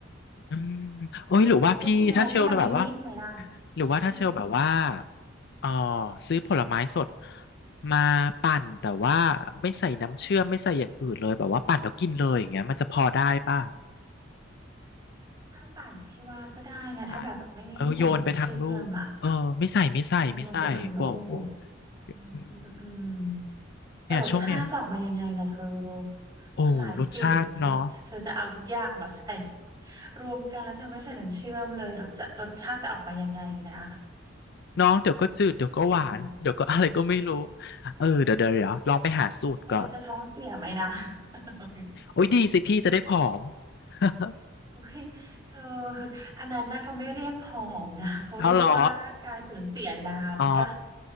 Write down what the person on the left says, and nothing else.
อืมเอ้ยหรือว่าพี่ถ้าเชลแบบว่า
หรือว่าถ้าเชลแบบว่า
เออซื้อผลไม้สดมาปั่นแต่ว่าไม่ใส่น้ำเชื่อมไม่ใส่อย่างอื่นเลยแบบว่าปั่นแล้วกินเลยอย่างเงี้ยมันจะพอได้ป่ะ
ได้ป่ะเออโยนไปทางลูกเออไม่ใส่ไม่ใส่ไม่ใส่กลัวอ้วน
อืม
เนี่ยช่วงเนี้ยโอ้รสชาติเนาะ
น้องเดี๋ยวก็จืดเดี๋ยวก็หวานเดี๋ยวก็
<laughs> อะไรก็ไม่รู้เออเดี๋ยวเดี๋ยวเดี๋ยวลองไปหาสูตรก่อน
โอ้ยดีสิพี่จะได้ผอม <laughs>
เอาเหรออ๋อ